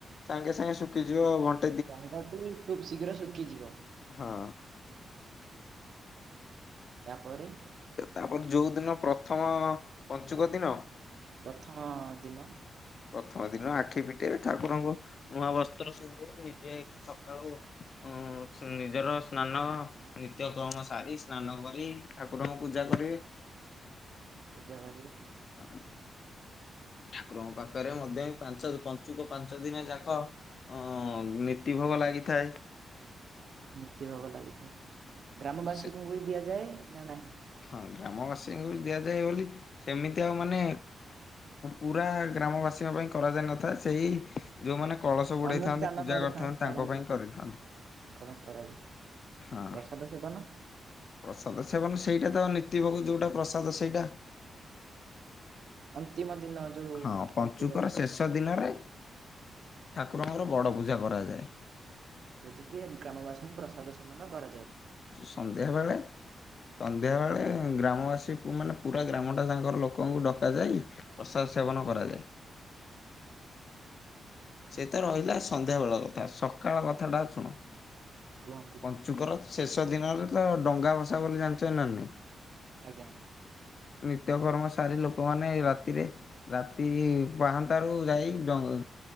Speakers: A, on the left (about 45°); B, on the right (about 60°).
A: ସାଙ୍ଗେ ସାଙ୍ଗେ ଶୁଖିଯିବ ଘଟ
B: ରଙ୍ଗଟି ଖୁବ ଶୀଘ୍ର ଶୁଖିଯିବ।
A: ହଁ।
B: ତାପରେ
A: ତାପରେ ଯୋଉ ଦିନ ପ୍ରଥମ ପଞ୍ଚୁକ ଦିନ।
B: ପ୍ରଥମ ଦିନ।
A: ପ୍ରଥମ ଦିନ ଆଖି ପିଟେଇ ଠାକୁରଙ୍କ ନୂଆ ବସ୍ତ୍ର ପିନ୍ଧି ନିଜେ ସକାଳୁ ଉ ନିଜର ସ୍ନାନ ନିତ୍ୟ କର୍ମ ସାରି ସ୍ନାନ କରି। ଠାକୁରଙ୍କୁ ପୂଜା କରିବେ।
B: ପୂଜା କରିବେ।
A: ହଁ। ଠାକୁରଙ୍କ ପାଖରେ ମଧ୍ୟ ପାଞ୍ଚ ପଞ୍ଚୁକ ପାଞ୍ଚ ଦିନ ଯାକ। ହ ନୀତି ଭୋଗ ଲାଗିଥାଏ।
B: ନୀତି ଭାବ ଲାଗିଥାଏ ଗ୍ରାମବାସୀଙ୍କୁ
A: ଆଉ ସେ
B: ବି ଦିଆଯାଏ ନା ନାହିଁ।
A: ହଁ ଗ୍ରାମବାସୀଙ୍କୁ ବି ଦିଆଯାଏ ବୋଲି ସେମିତି ଆଉ ମାନେ ପୁରା ଗ୍ରାମବାସୀଙ୍କ ପାଇଁ କରାଯାଇ ନଥାଏ ସେହି ଯୋଉମାନେ କଳସ ବୁଡେଇଥାନ୍ତି
B: ଅନୁଷ୍ଠାନ
A: ପୂଜା
B: କରୁଥାଉ
A: କରିଥାନ୍ତି
B: କରନ୍ତି
A: ତାଙ୍କ ପାଇଁ କରିଥାନ୍ତି।
B: ତାଙ୍କ ପାଇଁ କରାଯାଏ
A: ହଁ।
B: ପ୍ରସାଦ ସେବନ।
A: ପ୍ରସାଦ ସେବନ ସେଇଟା ତ ନୀତି ଭୋଗ ଯୋଉଟା ପ୍ରସାଦ ସେଇଟା।
B: ଅନ୍ତିମ ଦିନ ଯୋଉ
A: ହଁ ପଞ୍ଚୁକର
B: ପଞ୍ଚିବର।
A: ଶେଷ ଦିନରେ ଠାକୁରଙ୍କର ବଡ଼ ପୂଜା କରାଯାଏ।
B: ଯେଉଁଠିକି ଗ୍ରାମବାସୀଙ୍କୁ ପ୍ରସାଦ ସେବନ କରାଯାଏ।
A: ସନ୍ଧ୍ୟାବେେଳେ ସନ୍ଧ୍ୟା ବେଳେ ଗ୍ରାମବାସୀ କୁ ପୁରା ଗ୍ରାମ ଟା ସାଙ୍କର ଲୋକଙ୍କୁ ଡକା ଯାଇ ପ୍ରସାଦ ସେବନ କରାଯାଏ। ସେ ତ ରହିଲା ସନ୍ଧ୍ୟା ବେଳ କଥା ସ ସକାଳ କଥାଟା ଶୁଣ।
B: କୁହନ୍ତୁ।
A: ଞ୍ଚୁକର ଶେଷ ଦିନରେ ତ ଡଙ୍ଗା ଭସା ବୋଲି ଜାଣିଛନ୍ତି ନା ନାଇ।
B: ଆଜ୍ଞା।
A: ନିତ୍ୟକର୍ମ ସାରି ଲୋକମାନେ ଏ ରାତିରେ ରାତି ପାହାନ୍ନ୍ତା ରୁ ଯାଇ ଡଙ୍ଗା